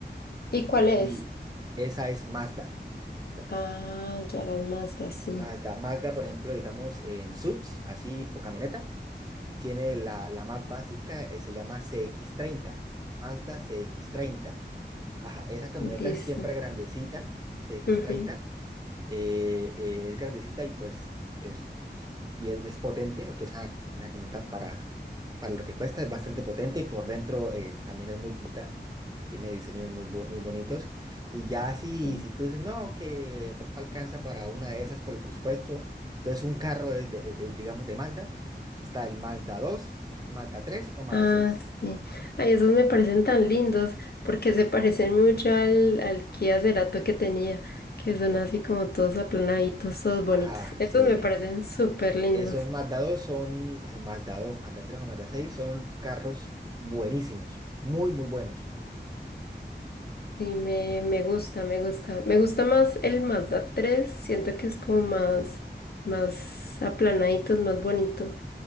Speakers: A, on the left; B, on the right.
A: ¿Y cuál es?
B: Y esa es Mazda. Mazda,
A: Ah, ya las Mazda, sí.
B: Mazda, Mazda, por ejemplo, digamos, en subs, así, o camioneta. tiene la, la más básica, eh, se llama cx treinta Mazda cx treinta Ajá, esa camioneta
A: Listo.
B: es siempre grandecita, cx
A: Ujú.
B: treinta eh, eh, es grandecita y pues es y es, es potente, porque es una, una camioneta para, para lo que cuesta, es bastante potente y por dentro eh, también es muy bonita, tiene diseños muy, bo- muy bonitos. Y ya si,
A: Mm.
B: si tú dices, no, que de pronto alcanza para una de esas por el presupuesto, entonces un carro de, de- de, digamos, de Mazda, está el Mazda dos Mazda tres o Mazda
A: Ah,
B: seis
A: sí. Ay, esos me parecen tan lindos porque se parecen mucho al, al Kia Cerato que tenía, que son así como todos aplanaditos, todos bonitos.
B: Ajá,
A: Esos
B: sí.
A: me parecen súper lindos.
B: Esos Mazda dos son, esos Mazda dos Mazda tres o Mazda seis son carros buenísimos, muy, muy buenos.
A: Sí, me, me gusta, me gusta. Me gusta más el Mazda tres. siento que es como más, más aplanaditos, más bonito.